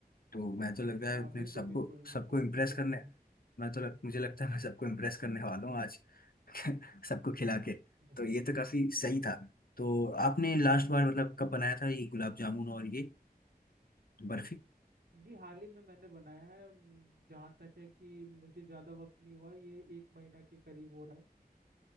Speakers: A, on the left (about 65°); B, on the right (about 80°).
A: तो मैं तो लग रहा
B: हाँ
A: है अपने
B: बिल्कुल
A: सबको
B: बिल्कुल
A: सबको
B: ये तो
A: इम्प्रेस
B: उससे भी
A: करने
B: आसान है
A: मैं तो लग, मुझे लगता है मैं सबको इम्प्रेस करने वाला हूँ आज <laughs> सबको खिला के
B: Yes.
A: तो ये तो काफी सही था तो आपने लास्ट बार मतलब कब बनाया था ये गुलाब जामुन और ये बर्फी
B: जी हाल ही में मैंने बनाया है जहाँ तक है कि मुझे ज़्यादा वक्त नहीं हुआ ये एक महीना के करीब हो रहा है